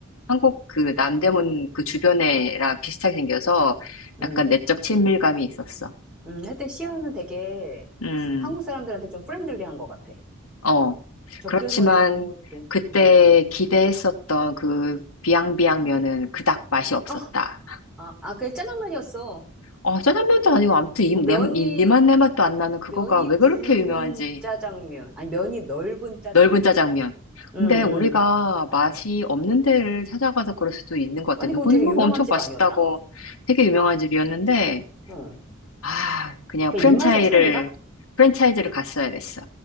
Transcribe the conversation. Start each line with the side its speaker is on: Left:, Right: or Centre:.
Left: 한국 그 남대문 그 주변에랑 비슷하게 생겨서
Centre: 응,
Left: 약간 내적 친밀감이 있었어.
Centre: 응. 하여튼 시아는 되게
Left: 음,
Centre: 한국 사람들한테 좀 프렌들리한 것 같아.
Left: 어.
Centre: 접근성도
Left: 그렇지만
Centre: 좀,
Left: 그때
Centre: 음.
Left: 기대했었던 그 비앙비앙면은 그닥 맛이 없었다.
Centre: 어, 아, 아, 그냥 짜장면이었어.
Left: 어, 짜장면도 아니고 아무튼 이, 내,
Centre: 면이,
Left: 이, 니맛 내맛도 안 나는 그거가
Centre: 면이
Left: 왜
Centre: 굵은
Left: 그렇게 유명한지.
Centre: 짜장면. 아니, 면이 넓은 짜장면.
Left: 넓은 짜장면.
Centre: 응,
Left: 근데
Centre: 응.
Left: 우리가 맛이 없는 데를 찾아가서 그럴 수도 있는 것 같아.
Centre: 아니,
Left: 누구는
Centre: 그거 되게
Left: 막
Centre: 유명한
Left: 엄청
Centre: 집
Left: 맛있다고
Centre: 아니었나?
Left: 되게 유명한 집이었는데,
Centre: 응.
Left: 아, 그냥
Centre: 그
Left: 프랜차이를,
Centre: 입맛의 차이인가?
Left: 프랜차이즈를 갔어야 됐어.